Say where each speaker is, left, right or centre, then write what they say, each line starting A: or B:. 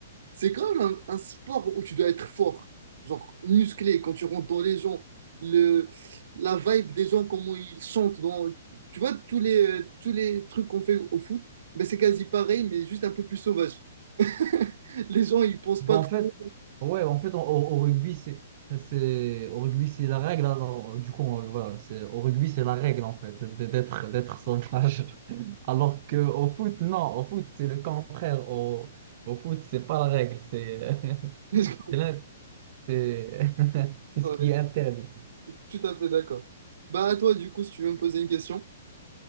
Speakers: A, on the right (about 65°); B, on the right (about 45°).
A: c'est quand même un, un sport où tu dois être fort, genre musclé, quand tu rentres dans les gens, le, la vibe des gens, comment ils chantent, dans, tu vois, tous les, euh, tous les trucs qu'on fait au foot, ben c'est quasi pareil, mais juste un peu plus sauvage. <laughs> Les gens, ils pensent
B: Bon,
A: pas
B: en
A: trop.
B: fait, ouais, en fait, au, au rugby, c'est, c'est, au rugby, c'est la règle. Alors, du coup, on- voilà, c'est, au rugby, c'est la règle, en fait, d- d'être, d'être sauvage. <laughs> Alors que au foot, non, au foot, c'est le contraire. Au, au foot, c'est pas la règle, c'est, <laughs>
A: <laughs>
B: c'est l'in- c'est, <laughs> c'est ce
A: Ouais,
B: qui est interdit.
A: tout à fait d'accord. Bah, à toi, du coup, si tu veux me poser une question.